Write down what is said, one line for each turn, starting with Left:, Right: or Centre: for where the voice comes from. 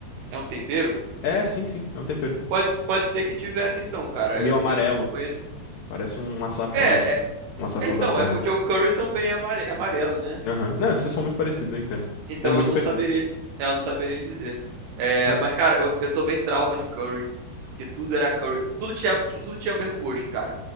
Right: É um tempero?
Left: É, sim, sim, é um tempero.
Right: Pode, pode ser que tivesse, então, cara.
Left: Meio
Right: eu,
Left: amarelo.
Right: e eu não reconheci.
Left: Parece um açafrão
Right: É,
Left: desse.
Right: é,
Left: Um açafrão
Right: é, então,
Left: da terra.
Right: é porque o curry também é amare- é amarelo, né?
Left: Aham. Não, vocês são muito parecidos, eu entendo.
Right: Então
Left: É muito
Right: eu não
Left: específico.
Right: saberia, é, eu não saberia dizer. É,
Left: Mas
Right: mas, cara, eu, eu tomei trauma de curry. Que tudo era curry. Tudo tinha, tudo tinha o mesmo gosto, cara.